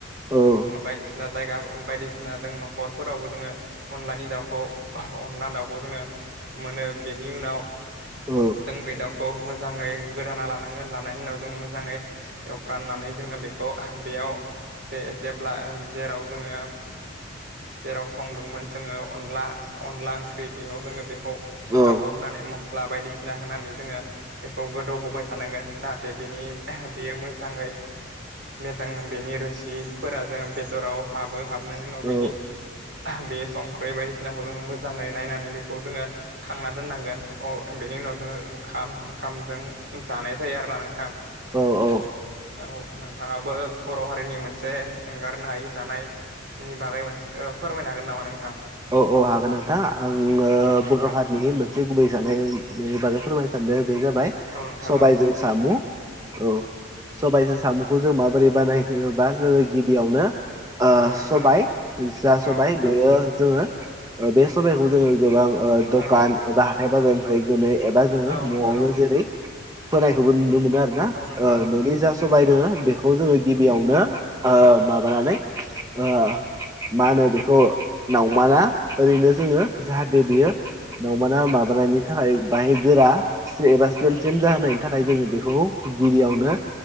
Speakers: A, on the right (about 15°); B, on the right (about 55°).
A: औ
B: बायदिसिना जायगा बायदि बायसिना जों न'खरफोरावबो जोङो अनलानि दाउखौ अनला दाउखौ जोङो मोनो बेनि उनाव
A: औ
B: जों बे दाउ खौ मोजाङै गोदाना लानांगोन लानायनि उनाव जों मोजाङै एवफ्रामनानै जोङो बेखौ बेयाव जे जेब्ला जेराव जोङो जेराव संदोंमोन जोङो अनला अनला ओंख्रि बेयाव जोङो बे
A: औ
B: दाउखौ होनानै मस्ला बायदिसिना होनानै जोङो बेखौ गोदौ होबाय थानांगोन जाहा दा बेनि बेयो मोजाङै जों बेनि रोसिफोरा जों बेदराव हाबो हाबनायनि उनाव
A: औ
B: बेनि बे संख्रि बायदिसिनाखौ जोङो मोजाङै नायनानै बेखौ जोङो खांना दोननांगोन औ बेनि उनाव जोङो ओंखाम ओंखामजों जानाय जायो आरोना नोंथां
A: औ औ
B: औ नोंथाङाबो बर' हारिनि मोनसे एंगारनो हायि जानाय नि बागै मोनसे फोरमायनो हागोन नामा नोंथां
A: औ औ हागोन नोंथा आङो
B: औ
A: बर'
B: नोंथां
A: हारिनि मोनसे गुबै जानायनि बागै फोरमाय सानदों बे जाबाय
B: औ नोंथां औ
A: सामु औ सबाइजों साम'खौ जों माबोरै बानाय जेनबा जोङो गिबियावनो ओ
B: औ औ नोंथां
A: सबाय जा सबाय
B: औ नोंथां
A: बेयो जोङो बे सबाइखौ जोङो गोबां ओ दखान
B: औ
A: एबा थाइ बाजारनिफ्राय बोनो एबा जोङो
B: औ
A: न'आवनो
B: नोंथां
A: जेरै फोनायखौबो नुनो मोनो आरो ना
B: औ नोंथां
A: ओ
B: औ
A: न'नि जा सबाय दोङो बेखौ जोङो गिबियावनो ओ माबानानै ओ मा होनो बेखौ नावमाना ओरैनो जोङो जाहाथे बियो न'माना माबानायनि थाखाय बाहाय गोरा एबा सम सेम जाहायनि थाखाय जोङो बेखौ गिबियावनो